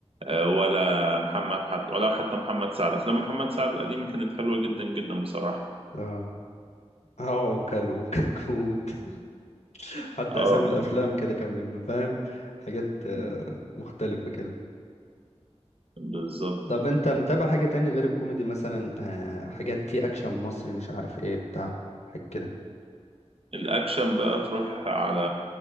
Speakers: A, on the right; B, on the left.
A: آه، ولا محمد حتى ولا حتى محمد سعد افلام محمد سعد القديمة كانت حلوة جدا جدا بصراحة
B: اه اه كلو كتكوت <laughs> حتى
A: اه
B: اسامي الافلام كده كان بيبقى فاهم حاجات آه،
A: بالظبط
B: مختلفه كده
A: بالظبط
B: طب انت متابع حاجه تاني غير الكوميدي مثلا آه، حاجات فيه اكشن مصري مش عارف ايه بتاع حاجه كده
A: الأكشن بقى تروح على